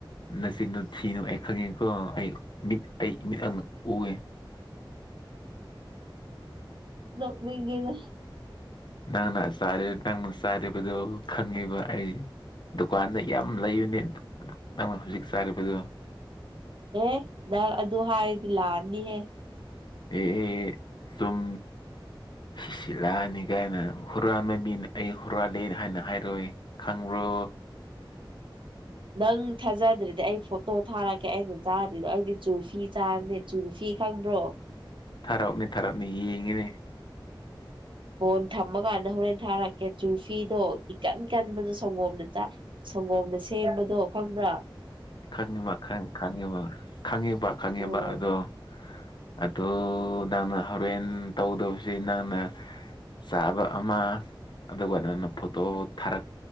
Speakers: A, on the left; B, on the right.
A: ꯅꯆꯤꯟꯗꯣ ꯊꯤꯅꯨ ꯑꯩ ꯈꯪꯉꯦꯀꯣ ꯑꯩ ꯃꯤꯠ ꯑꯩ ꯃꯤꯠ ꯑꯪꯅꯛ ꯎꯒꯦ
B: ꯅ ꯃꯤꯒꯗ
A: ꯅꯪꯅ ꯅꯪꯅ ꯆꯥꯔꯤꯕꯗꯨꯣ ꯈꯪꯉꯤꯕ ꯑꯩ ꯗꯨꯀꯥꯟꯗ ꯌꯥꯝ ꯂꯩꯕꯅꯦ ꯅꯪꯅ ꯍꯧꯖꯤꯛ ꯆꯥꯔꯤꯕꯗꯨꯣ
B: ꯑꯦ ꯅꯪ ꯑꯗꯨ ꯍꯥꯏꯔꯗꯤ ꯂꯥꯛꯑꯅꯤꯍꯦ
A: ꯑꯦ ꯁꯨꯝ ꯁꯤꯁꯤꯂꯥꯛꯑꯅꯤ ꯀꯥꯏꯅ ꯍꯨꯔꯥꯟ ꯃ ꯃꯤꯅ ꯑꯩ ꯍꯨꯔꯥꯜꯂꯦ ꯍꯥꯏꯅ ꯍꯥꯏꯔꯣꯏꯦ ꯈꯪꯕ꯭ꯔꯣ
B: ꯅꯪ ꯊꯥꯖꯗ꯭ꯔꯗꯤ ꯑꯩ ꯐꯣꯇꯣ ꯊꯥꯔꯛꯀꯦ ꯑꯩꯅ ꯆꯥꯔꯤꯗꯣ ꯑꯩꯗꯤ ꯆꯖꯨꯐꯤ ꯆꯥꯕꯅꯤꯅ ꯆꯨꯔꯨꯐꯤ ꯈꯪꯕ꯭ꯔꯣ
A: ꯊꯥꯔꯛꯑꯅꯤ ꯊꯥꯔꯛꯅꯤ ꯌꯦꯡꯉꯤꯅꯦ
B: ꯐꯣꯟ ꯊꯝꯃꯀꯥꯟꯗ ꯍꯣꯔꯦꯟ ꯊꯥꯔꯛꯀꯦ ꯆꯨꯔꯐꯤꯗꯣ ꯏꯀꯟ ꯀꯟꯕꯗꯣ ꯁꯪꯒꯣꯝꯅ ꯆ ꯁꯪꯒꯣꯝꯅ ꯁꯦꯝꯕꯗꯣ ꯈꯪꯗ꯭ꯔ
A: ꯈꯪꯉꯤꯕ ꯈꯪꯉꯤꯕ ꯈꯪꯉꯤꯕ ꯈꯪꯉꯤꯕ
B: ꯎꯝ
A: ꯑꯗꯣ ꯑꯗꯨꯗ ꯅꯪꯅ ꯍꯣꯔꯦꯟ ꯇꯧꯗꯕꯁ ꯅꯪꯅ ꯆꯥꯕ ꯑꯃ ꯑꯗꯨꯒ ꯑꯗꯨꯅ ꯐꯣꯇꯣ ꯊꯥꯔꯛ